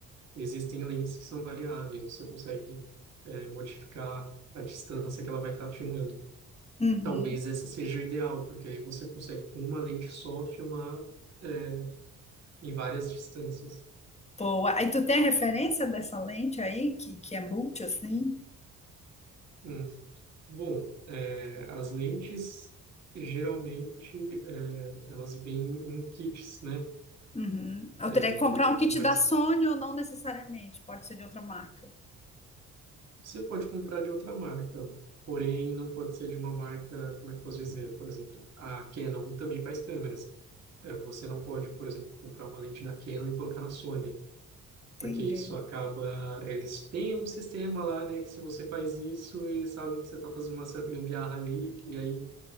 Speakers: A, on the right; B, on the left.
A: Existem lentes que são variáveis, você consegue, eh, modificar a distância que ela vai estar filmando.
B: Uhum.
A: Talvez essa seja o ideal, porque aí você consegue, com uma lente só, filmar, é, em várias distâncias.
B: Boa. Aí tu tem a referência dessa lente aí, que, que é multi, assim?
A: Hum. Bom, eh, as lentes, geralmente, eh, elas vêm em kits, né?
B: Uhum. Eu
A: Eh,
B: teria que comprar um kit
A: mas
B: da Sony ou não necessariamente, pode ser de outra marca.
A: Você pode comprar de outra marca, porém não pode ser de uma marca, como é que eu posso dizer? Por exemplo, a Canon também faz câmeras. É, Você não pode, por exemplo, comprar uma lente da Canon e colocar na Sony, porque
B: Entendi.
A: isso acaba. Eles têm um sistema lá, né, que se você faz isso, eles sabem que você está fazendo uma certa gambiarra ali, e aí